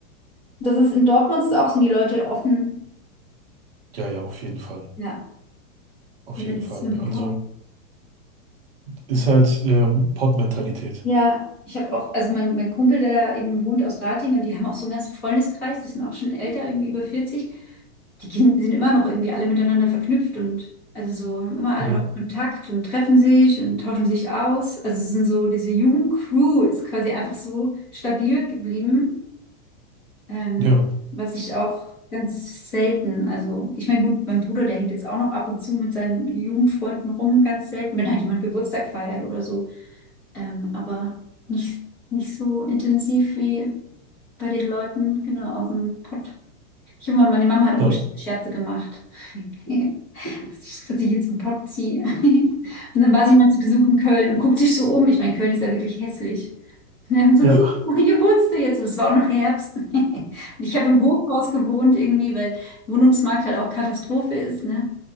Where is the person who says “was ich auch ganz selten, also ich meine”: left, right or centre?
Left